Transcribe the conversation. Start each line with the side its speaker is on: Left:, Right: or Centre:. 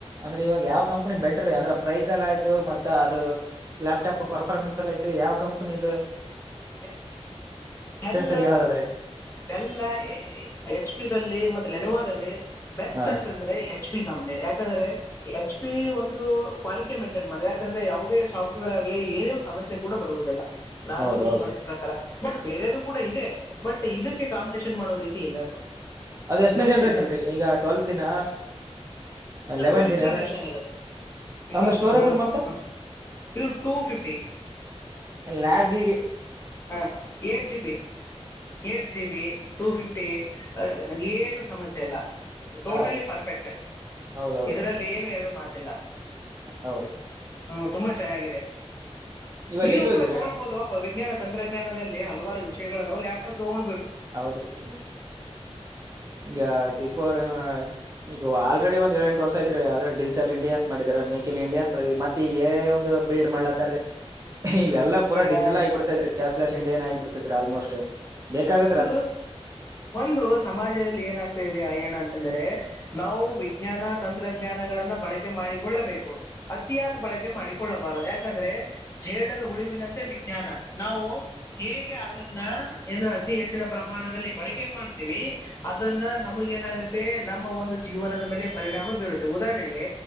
Right: ಅಂದ್ರೆ ಇವಾಗ ಯಾವ್ ಕಂಪ್ನಿ ಬೆಟರ್ ಅಂದ್ರೆ ಪ್ರೈಸ್ ಎಲ್ಲ ಆಯ್ತು ಮತ್ತ ಅದು ಲ್ಯಾಪ್ಟಾಪ್ ಪರ್ಫಾರ್ಮೆನ್ಸ್ ಎಲ್ಲ ಆಯ್ತು ಯಾವ್ ಕಂಪ್ನಿದು
Left: ಡೆಲ್ ಡೆಲ್
Right: ಅಲ್ಲಿ ಹೇಳೋದಾದ್ರೆ
Left: ಡೆಲ್ ಎಚ್ ಪಿ ದಲ್ಲಿ ಮತ್ತೆ ಲೇನವದಲ್ಲಿ ಬೆಸ್ಟ್
Right: ಹಾ ರೀ
Left: ಅಂತಂದ್ರೆ ಎಚ್ ಪಿ ಕಂಪನಿ ಯಾಕಂದ್ರೆ ಎಚ್ ಪಿ ಒಂದು ಕ್ವಾಲಿಟಿ ಮೇಂಟೈನ್ ಮಾಡ ಯಾಕಂದ್ರೆ ಯಾವುದೇ ಸಾಫ್ಟ್ವೇರ್ ಆಗ್ಲಿ ಏನೇ ಸಮಸ್ಯೆ ಕೂಡ ಬರುವುದಿಲ್ಲ ನಾನ್
Right: ಹೌದ
Left: ಉಜ್
Right: ಹೌದ್ರಿ
Left: ಮಾಡಿದ ಪ್ರಕಾರ ಬಟ್ ಬೇರೆದು ಕೂಡ ಇದೆ ಬಟ್ ಇದಕ್ಕೆ ಕಾಂಪಿಟೇಷನ್ ಮಾಡೋ ರೀತಿ ಇಲ್ಲ ಅದು
Right: ಅದ ಎಷ್ಟನ
Left: ಬೆಸ್ಟ್
Right: ಜನ್ರೇಷನ್
Left: ಇದೆ
Right: ರೀ ಈಗ ಟ್ವೆಲ್ ಜಿನ
Left: ಇದು
Right: ಲೇವನ್
Left: ಟ್ವೆಲ್ತ್
Right: ಜಿನ
Left: ಜನರೇಷನ್ ಇದು
Right: ಅಂದ್ರ
Left: ಟ್ವೆಲ್ತ್
Right: ಸ್ಟೋರಜ್
Left: ಹಾ
Right: ರೀ ಮತ್ತ
Left: ಹಾ.
Right: <inaudible>
Left: ಇದು ಟೂ ಫಿಫ್ಟಿ
Right: ಲಾಗ್ ಗಿಗ್
Left: ಹಾ eight GB eight GB two fifty ಏನು ಸಮಸ್ಯೆ ಅಲ್ಲ ಟೋಟಲಿ
Right: ಹಾ ರೀ
Left: ಪರ್ಫೆಕ್ಟ್
Right: ಹೌದೌದ್ರಿ
Left: ಇದರಲ್ಲಿ ಏನು ಎರಡು ಮಾತು ಇಲ್ಲ
Right: ಹೌದ್ರಿ
Left: ಹ್ಮ್ ತುಂಬಾ ಚೆನ್ನಾಗಿದೆ
Right: ಇವಾಗ
Left: ನೀನು
Right: ಎಲ್ಲಿ ಹೋಗಿರಿ
Left: ಕೂಡ ತೊಗೊಳ್ಬಹುದೋಪ ವಿಜ್ಞಾನ ತಂತ್ರಜ್ಞಾನದಲ್ಲಿ ಹಲವಾರ ವಿಷಯಗಳದವ ಲ್ಯಾಪ್ಟಾಪ್ ತಗೊಂಡ್
Right: ಹೌದ್ರಿ ಸರ್ ಈಗ ಬಿಫೋರ್ ಈಗ ಆಲ್ರೆಡಿ ಒಂದ್ ಏಳೆಂಟು ವರ್ಷ ಆದ್ರೆ ಡಿಜಿಟಲ್ ಇಂಡಿಯಾ ಅಂತ ಮಾಡಿದಾರ ಮೇಕ್ ಇನ್ ಇಂಡಿಯಾ ಮಾಡಿದಿದ್ರು ಮತ್ತ ಈಗ ಒಂದ ಎ ಐ ಬಿಲ್ಡ್ ಮಾಡ್ಲತ್ತರೀ ಇವೆಲ್ಲ
Left: ಸ್ಕಿಲ್ ಇಂಡಿಯಾ
Right: ಪೂರ ಡಿಸೆಲ್ ಆಗ್ಬಿಡುತ್ತೆ ರೀ ಕ್ಯಾಶಲೆಸ್ ಇಂಡಿಯನ್ ಆಗ ಬಿಡ್ತಿದ್ರೆ ಆಲ್ಮೋಸ್ಟ್ ಬೇಕಾಗ
Left: ಒಂದು ಒಂದು ಸಮಾಜದಲ್ಲಿ ಏನಾಗ್ತಾ ಇದೆ ಅಯಾಣ ಅಂತ ಅಂದ್ರೆ ನಾವು ವಿಜ್ಞಾನ ತಂತ್ರಜ್ಞಾನಗಳನ್ನ ಬಳಕೆ ಮಾಡಿಕೊಳ್ಳಬೇಕು ಅತಿಯಾದ ಬಳಕೆ ಮಾಡಿಕೊಳ್ಳಬಾರದು ಯಾಕಂದ್ರೆ ಜೇಡರ ಹುಳಿವಿನಂತೆ ವಿಜ್ಞಾನ ನಾವು ಹೇಗೆ ಅದನ್ನ ಏನು ಅತಿ ಹೆಚ್ಚಿನ ಪ್ರಮಾಣದಲ್ಲಿ ಬಳಕೆ ಮಾಡ್ತೀವಿ ಅದನ್ನ ನಮಗ ಏನಾಗುತ್ತೆ ನಮ್ಮ ಒಂದು ಜೀವನದ ಮೇಲೆ ಪರಿಣಾಮ ಬೀರುತ್ತೆ ಉದಾಹರಣೆಗೆ